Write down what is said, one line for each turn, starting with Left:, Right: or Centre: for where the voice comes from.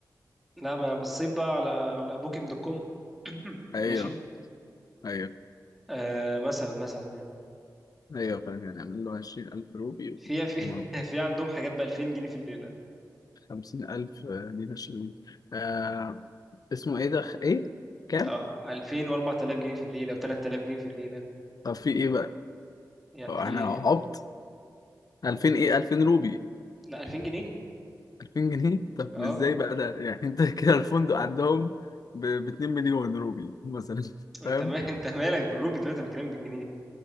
Centre: لا ما انا بصيت بقى على على بوكينج دوت كوم <clears throat>
Left: أيوه
Centre: ماشي
Left: أيوه
Centre: آه مثلا مثلا يعني
Left: أيوه فاهم يعني يعمل له عشرين ألف روبي
Centre: في في
Left: و
Centre: <laughs> في عندهم حاجات ب 2000 جنيه في الليله
Left: خمسين ألف دينار شلوي آه اسمه إيه ده خ- إيه كام؟
Centre: اه 2000 و4000 جنيه في الليله و3000 جنيه في الليله
Left: طب في إيه بقى؟
Centre: يعني
Left: طب
Centre: في
Left: أنا
Centre: ايه
Left: عبط ألفين إيه ألفين روبي
Centre: لا 2000 جنيه
Left: ألفين جنيه طب
Centre: اه
Left: إزاي بقى ده يعني أنت <laughs> كده الفندق عندهم باتنين مليون روبي مثلا <laughs>
Centre: انت
Left: فاهم؟
Centre: ما انت مالك بالروبي دلوقتي انا بكلمك بالجنيه